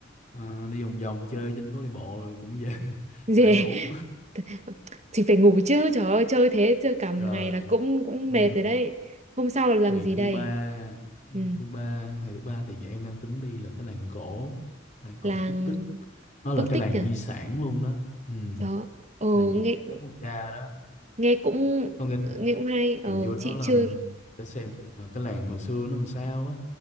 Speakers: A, on the left; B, on the right.
A: à, đi vòng vòng chơi trên phố đi bộ rồi cũng về <laughs>
B: gì
A: lại ngủ
B: <laughs> thì phải ngủ chứ trời ơi chơi thế chơi cả một
A: <laughs> rồi
B: ngày là cũng cũng
A: ừ.
B: mệt rồi đấy hôm sau là làm
A: ngày
B: gì
A: thứ
B: đây
A: ba ngày
B: ừ,
A: thứ ba ngày thứ ba thì em đang tính đi là cái làng cổ làng cổ
B: làng
A: Phước Tích nó là
B: Phước
A: cái
B: Tích
A: làng
B: à
A: di sản luôn đó ừ,
B: đó ồ
A: làng di
B: nghe
A: sản cấp quốc gia đó
B: nghe cũng
A: có nghĩa là
B: nghe cũng hay
A: mình
B: ồ
A: vô đó
B: chị
A: là
B: chưa
A: sẽ xem được là cái làng hồi xưa nó làm sao á